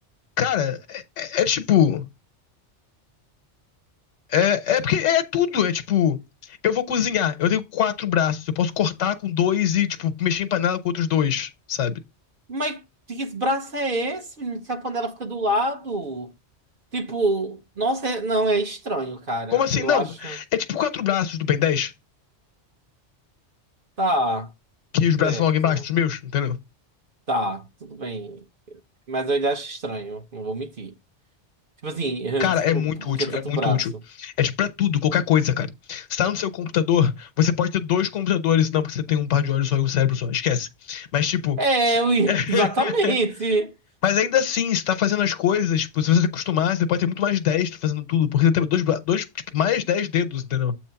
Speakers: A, on the left; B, on the right.
A: Cara, é, é- é tipo. É, é porque é tudo. É tipo. Eu vou cozinhar, eu tenho quatro braços, eu posso cortar com dois e, tipo, mexer em panela com outros dois, sabe?
B: Mas que braço é esse? menino? Sabe quando ela fica do lado? Tipo, nossa, é- não, é estranho, cara.
A: Como assim?
B: Eu
A: Não.
B: acho.
A: É tipo quatro braços do Ben dez
B: Tá,
A: que os braços
B: certo.
A: são logo embaixo dos meus, entendeu?
B: Tá, tudo bem. Mas eu ainda acho estranho, não vou mentir. Tipo assim, <laughs>
A: Cara,
B: tipo,
A: é muito
B: por
A: útil,
B: que tanto
A: é muito
B: braço?
A: útil. É tipo pra tudo, qualquer coisa, cara. Você tá no seu computador, você pode ter dois computadores, não, porque você tem um par de olhos só e um cérebro só, esquece. Mas, tipo.
B: É, eu ia-
A: <laughs>
B: <laughs> exatamente.
A: Mas ainda assim, você tá fazendo as coisas, tipo, se você se acostumar, você pode ter muito mais destro fazendo tudo, porque você tem dois, bra- dois tipo, mais dez dedos, entendeu?